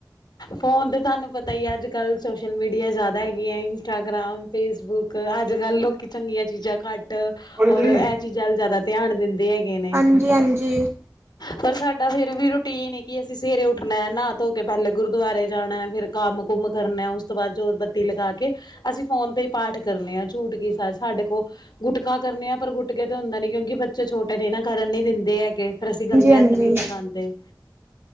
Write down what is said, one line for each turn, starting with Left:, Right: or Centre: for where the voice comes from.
Left: ਫੋਨ ਤੇ ਤੁਹਾਨੂੰ ਪਤਾ ਹੀ ਅੱਜ-ਕੱਲ ਸੋਸ਼ਲ ਮੀਡੀਆ ਜ਼ਿਆਦਾ ਹੈਗੀ ਹੈ, ਇੰਸਟਾਗ੍ਰਾਮ, ਫੇਸਬੁੱਕ ਅੱਜ- ਕੱਲ ਲੋਕੀ ਚੰਗੀਆਂ ਚੀਜ਼ਾਂ ਘੱਟ
Right: ਹਾਂਜੀ
Left: ਔਰ, ਇਹ ਚੀਜ਼ਾਂ ਅਲ ਜ਼ਿਆਦਾ ਧਿਆਨ ਦਿੰਦੇ ਹੈਗੇ ਨੇ।
Right: ਹਾਂਜੀ ਹਾਂਜੀ
Left: ਪਰ, ਸਾਡਾ ਫੇਰ ਵੀ ਰੂਟੀਨ ਕਿ, ਅਸੀਂ ਸਵੇਰੇ ਉੱਠਣਾ ਨਹਾ- ਧੋਕੇ ਪਹਿਲ ਗੁਰਦੁਆਰੇ ਜਾਣਾ ਫੇਰ ਕੰਮ-ਕੁੰਮ ਕਰਨਾ ਉਸ ਤੋਂ, ਬਾਅਦ ਜੋਤਬੱਤੀ ਲਗਾ ਕੇ, ਅਸੀਂ ਫੋਨ ਤੇ ਹੀ ਪਾਠ ਕਰ ਮੰਨਿਆ ਝੂਠ ਕੀ ਸਾ ਸਾਡੇ ਕੋਲ ਗੁਟਕਾ ਕਰਨੇ ਆ ਪਰ ਗੁੱਟਕੇ ਤੇ ਹੁੰਦਾ ਨੀ, ਕਿਉਂਕਿ ਬੱਚੇ ਛੋਟੇ ਨੇ ਨਾ ਕਰਨ ਨੀ ਦਿੰਦੇ ਹੈਗੇ। ਫੇਰ ਅਸੀਂ ਗੰਦੇ
Right: ਹਾਂਜੀ
Left: ਹੱਥ ਨਹੀਂ ਲਗਾਂਦੇ।